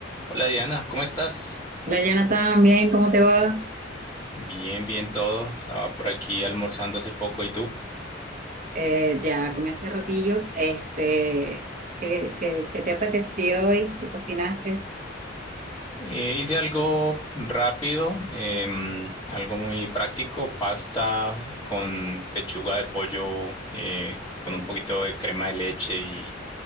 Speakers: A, on the left; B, on the right.
A: Hola Diana, ¿cómo estás?
B: Hola Jonathan, bien, ¿cómo te va?
A: Bien, bien todo. Estaba por aquí almorzando hace poco y tú.
B: Eh, ya comí hace ratillo. Este, ¿qué, qué, qué te apeteció hoy? ¿Qué cocinaste?
A: Eh, hice algo rápido, em, algo muy práctico, pasta con pechuga de pollo, eh, con un poquito de crema de leche y,